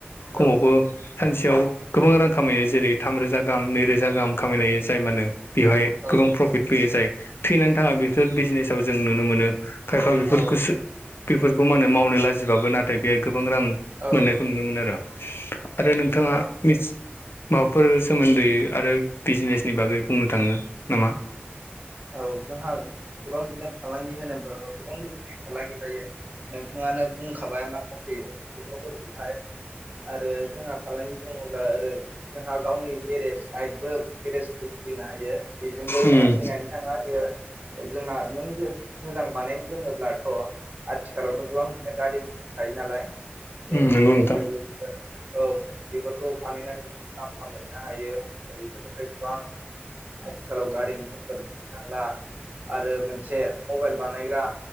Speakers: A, on the left; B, on the right.
A: कमावबो
B: औ
A: थ' सानसेयाव गोबां रां खामायो जेरै थाम रोजा गाहाम नै रोजा गाहाम खामायनो हायो जाय मानो बेवहाय
B: औ
A: गोबां प्रफिट फैयो जाय थैनानै थाङा बेफोर बिजनेसाव जों नुनो मोनो खायफा बेफोरखौसो
B: औ
A: बेफोरखौ मानो मावनो लाजिबाबो नाथाय बेहाय गोबां रां
B: औ
A: मोनो खौ नुनो मोनो आरो आरो नोंथाङा मि माबाफोर सोमोन्दै आरो बिजनेसनि बागै बुंनो थाङो नामा?
B: औ जोंहा गोबां बिदिनो फालांगि होनोब्लाथ' गोबां रोखोमनि फालांगि थायो नोंथाङानो बुंखाबाय माखासे खोथाफोरखौहाय आरो जोंहा फालांगि बुङोब्ला ओरै जोंहा गावनि गेरेस बाइकबो गेरेसबो खुलिनो हायो बेजोंबो
A: उम
B: जोंहा थैनानै थाङा बेयो जोंङा नों जे मोजां बानायनो रोङोब्लाथ' आथिखालावथ' गोबां बिदिनो गारि मटर थायो नालाय नै
A: उम
B: बेफोरनिफ्रायबो
A: नंगौ नोंथां
B: औ बेफोरखौ बानायनानै मुलाम्फा मोननो हायो बेफोरनिफ्राय गोबां आथिखालाव गारि मटरफोर थांला आरो मोनसे मबाइल बानायग्रा